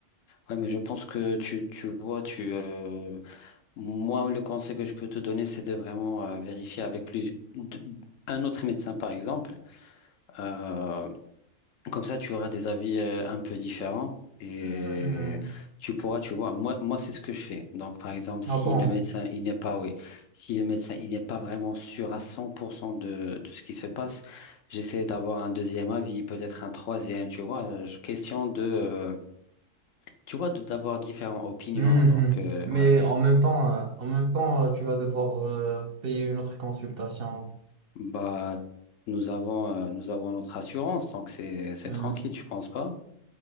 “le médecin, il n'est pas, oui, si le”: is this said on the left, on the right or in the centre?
Left